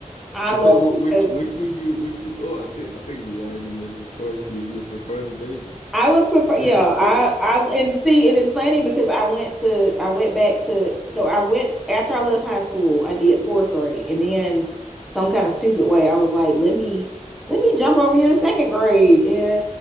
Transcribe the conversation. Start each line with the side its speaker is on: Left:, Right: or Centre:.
Centre: I left
Left: So wh- which
Centre: because
Left: which would you which would oh I think I think you already made your choice. You you prefer the babies.
Centre: I would prefer, yeah.
Left: <laughs>
Centre: I, I, and see, and it's funny because I went to, I went back to, so I went after I left high school, I did fourth grade, and then some kind of stupid way, I was like, let me, let me jump over here to second grade, and